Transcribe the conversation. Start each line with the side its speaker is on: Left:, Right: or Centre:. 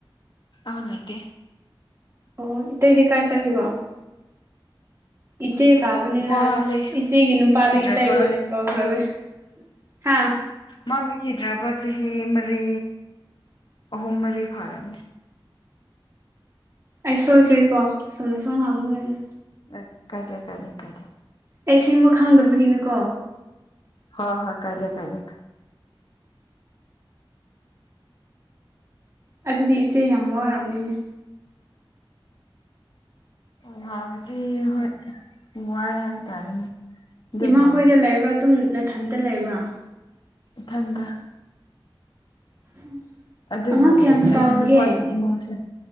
Left: ꯑꯝ ꯂꯩꯇ‌ꯦ
Right: ꯑꯣ ꯏꯇꯩꯗꯤ ꯀꯥꯏ ꯆꯈꯤꯕꯣ ꯏꯆꯦ ꯇꯥꯕꯅꯤꯅ
Left: ꯃꯥ ꯂꯩ
Right: ꯏꯆꯦꯒꯤ ꯅꯨꯄꯥꯗꯨ
Left: ꯂꯩꯈꯤꯗ꯭ꯔꯕ
Right: ꯏꯇꯩ ꯑꯣꯏꯅ ꯀꯧꯈꯔꯕꯤ ꯍꯥ
Left: ꯃꯥꯡꯀꯤꯗ꯭ꯔꯕ ꯆꯍꯤ ꯃꯔꯤ ꯑꯍꯨꯝ ꯃꯔꯤ ꯐꯥꯔꯝꯅꯤ
Right: ꯑꯩ ꯁꯣꯏꯈ꯭ꯔꯦꯀꯣ ꯆꯨꯝꯅ ꯁꯨꯝ ꯍꯪꯕꯅꯦ
Left: ꯑꯁ ꯀꯥꯏꯗꯦꯗ <unintelligible>
Right: ꯑꯩ ꯁꯦꯝꯕ ꯈꯪꯗꯕꯒꯤꯅꯤꯀꯣ
Left: ꯍꯣꯏ ꯍꯣꯏ ꯀꯥꯏꯗ‌ꯦ ꯀꯥꯏꯗ‌ꯦꯗ
Right: ꯑꯗꯨꯗꯤ ꯏꯆꯦ ꯌꯥꯝ ꯋꯥꯔꯝꯅꯤꯅꯦ
Left: ꯎ ꯍꯥꯅꯗꯤ ꯍꯣꯏ ꯋꯥꯏ ꯍꯥꯏꯕ ꯇꯥꯔꯦꯅꯦ ꯑꯗꯨꯕꯨ
Right: ꯏꯃꯥ ꯍꯣꯏꯗ ꯂꯩꯕ꯭ꯔꯥ ꯑꯗꯨꯝ ꯅꯥꯊꯟꯇ ꯂꯩꯕ꯭ꯔꯥ
Left: ꯏꯊꯟꯗ
Right: <inaudible>
Left: ꯑꯗꯨꯕꯨ
Right: ꯀꯌꯥꯝ
Left: ꯑꯩꯒꯤ
Right: ꯆꯥꯎꯔꯒꯦ
Left: ꯅꯨꯄꯥꯒꯤ ꯏꯃꯨꯡꯁꯦ